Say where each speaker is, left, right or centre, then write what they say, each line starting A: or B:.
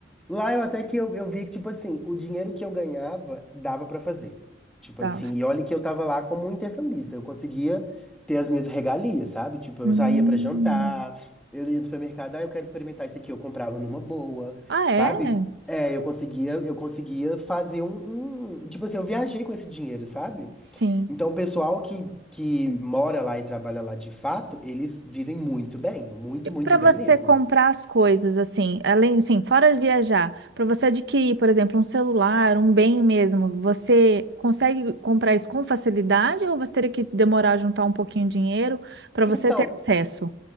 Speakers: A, in the centre; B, on the right.
A: Lá eu até que eu, eu vi que, tipo assim, o dinheiro que eu ganhava dava pra fazer. Tipo
B: Tá.
A: assim, e olha que eu tava lá como um intercambista. Eu conseguia ter as minhas regalias, sabe? Tipo,
B: Hum.
A: eu saía pra jantar, eu ia no supermercado, ah, eu quero experimentar isso aqui, eu comprava numa boa,
B: Ah,
A: sabe?
B: é?
A: É, eu conseguia, eu conseguia fazer um, um- Tipo assim, eu viajei com esse dinheiro, sabe?
B: Sim.
A: Então, o pessoal que, que mora lá e trabalha lá de fato, eles vivem muito bem, muito,
B: E para
A: muito bem
B: você
A: mesmo.
B: comprar as coisas, assim, além, assim, fora de viajar, para você adquirir, por exemplo, um celular, um bem mesmo, você consegue comprar isso com facilidade ou você teria que demorar a juntar um pouquinho de dinheiro para
A: Então,
B: você ter acesso?